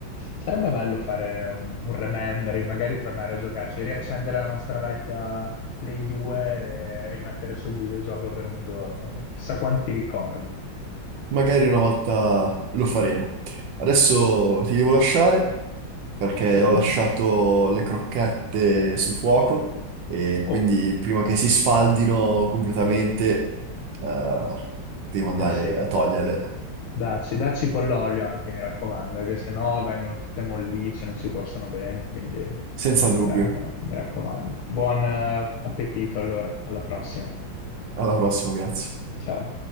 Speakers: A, on the left; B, on the right.
A: sarebbe bello fare un, un remembering, magari tornare a giocarci, riaccendere la nostra vecchia Play 2 e rimettere sul videogioco per un giorno, chissà quanti ricordi.
B: Magari una volta lo faremo. Adesso ti devo lasciare perché
A: Sì?
B: ho lasciato le crocchette sul fuoco e quindi
A: Oh,
B: prima che si sfaldino completamente, eh, devo andare
A: eh sì.
B: a toglierle.
A: Dacci, dacci con l'olio anche, mi raccomando, perché sennò vengono tutte mollicce, non si cuociono bene, quindi eh,
B: Senza dubbio.
A: no, mi raccomando. Buon eh, appetito allora, alla prossima.
B: Alla prossima, grazie.
A: Ciao.